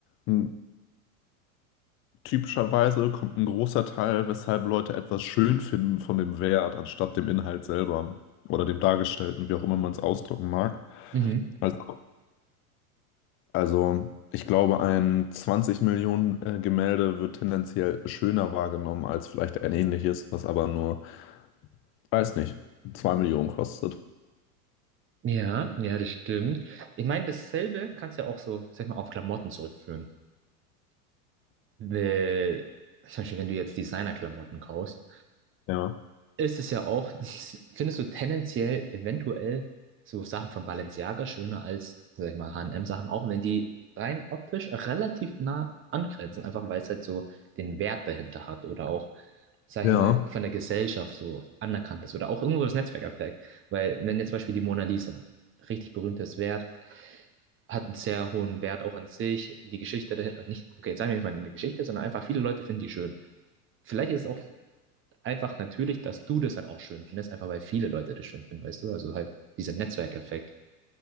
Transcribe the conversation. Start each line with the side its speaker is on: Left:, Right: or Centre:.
Left: m, typischerweise kommt ein großer Teil, weshalb Leute etwas schön finden von dem Wert, anstatt dem Inhalt selber oder dem Dargestellten, wie auch immer man es ausdrücken mag.
Right: Mhm.
Left: Also Also, ich glaube, ein 20 Millionen äh, Gemälde wird tendenziell schöner wahrgenommen als vielleicht ein ähnliches, was aber nur, weiß nicht, 2 Millionen kostet.
Right: Ja, ja, das stimmt. Ich meine, dasselbe kannst du ja auch so, sag ich mal, auf Klamotten zurückführen. Weil, zum Beispiel, wenn du jetzt Designer-Klamotten kaufst,
Left: Ja.
Right: ist es ja auch, <laughs> findest du tendenziell eventuell so Sachen von Balenciaga schöner als, sag ich mal, H&M-Sachen, auch wenn die rein optisch relativ nah angrenzen, einfach weil es halt so den Wert dahinter hat oder auch, sag
Left: Ja.
Right: ich mal, von der Gesellschaft so anerkannt ist oder auch irgendwo das Netzwerkeffekt. Weil wenn jetzt zum Beispiel die Mona Lisa, richtig berühmtes Wert, hat einen sehr hohen Wert auch an sich, die Geschichte dahinter, nicht, okay, jetzt sagen wir nicht mal die Geschichte, sondern einfach viele Leute finden die schön. Vielleicht ist es auch einfach natürlich, dass du das dann auch schön findest, einfach weil viele Leute das schön finden, weißt du? Also halt dieser Netzwerkeffekt.